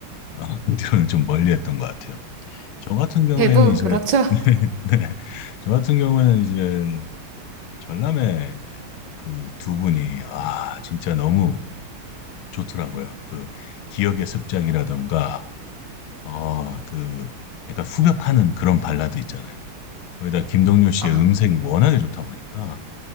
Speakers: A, on the left; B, on the right.
A: 어, <laughs> 뒤로는 좀 멀리 했던 것 같아요. 저 같은 경우에는
B: 대부분
A: 이제,
B: 그렇죠. <laughs>
A: <laughs> 네, 저 같은 경우에는 이제 전람회 그 두 분이, 아, 진짜 너무 좋더라고요. 그 기억의 습작이라던가, 어, 그 약간 후벼파는 그런 발라드 있잖아요. 거기다 김동률 씨의
B: 아,
A: 음색이 워낙에 좋다 보니까